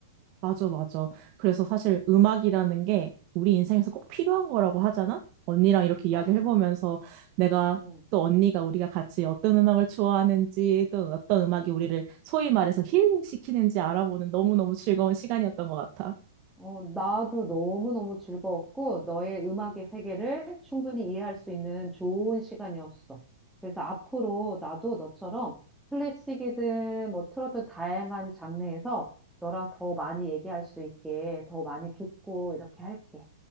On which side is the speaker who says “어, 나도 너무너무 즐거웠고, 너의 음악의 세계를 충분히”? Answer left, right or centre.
Centre